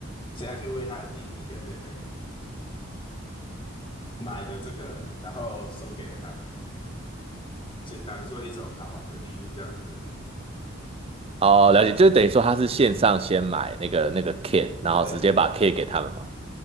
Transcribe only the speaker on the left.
所以他就为他的弟弟跟妹妹买了这个，然后送给了他们。就当做一种好玩的礼物这样子。
对对对，